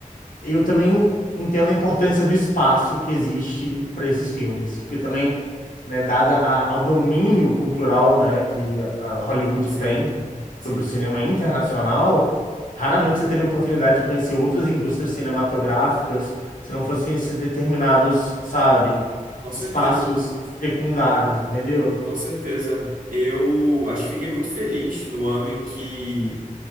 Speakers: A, on the left (about 75°); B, on the right (about 75°).
A: eu também entendo a importância do espaço que existe para esses filmes, porque também, né, dada a- ao domínio cultural, né, que a a Hollywood
B: Sim,
A: tem
B: sim,
A: sobre o cinema internacional, raramente você teria oportunidade de conhecer outras indústrias cinematográficas se não fossem esses determinados, sabe,
B: com certeza.
A: espaços secundários, entendeu?
B: Com certeza. Eu acho que fiquei muito feliz no ano em que.